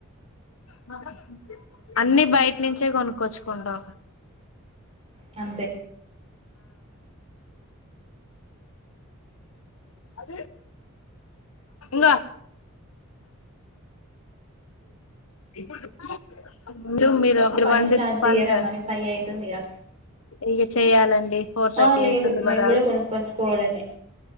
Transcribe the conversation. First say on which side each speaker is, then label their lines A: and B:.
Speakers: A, on the left (about 75°); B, on the right (about 30°).
A: మ అన్నిీ బయట నుంచే కొనుక్కోచ్చుకుంటా
B: అ
A: అదే నా ఇంగో ముందు మీరు ఒకరు
B: పని
A: పండి
B: స్టార్ట్ చెయ్యరా
A: పంట
B: మరి ఫైవ్ అయితుందిగా
A: ఇక చెయ్యాలండి ఫోర్ థర్టీ
B: ఆ లేదు
A: అతుంది
B: మేము
A: బగా
B: కూడా కొనుక్కొచ్చుకోవడమే